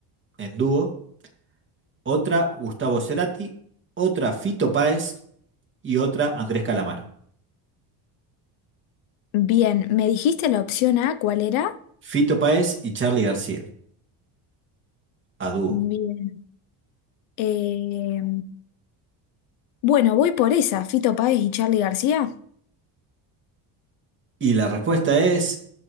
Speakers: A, on the right; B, on the left.
A: en dúo. Otra, Gustavo Cerati. Otra, Fito Páez. Y otra, Andrés Calamaro.
B: Bien, ¿me dijiste la opción A cuál era?
A: Fito Páez y Charly García a dúo.
B: Bien. Eh, bueno, voy por esa, Fito Páez y Charly García.
A: Y la respuesta es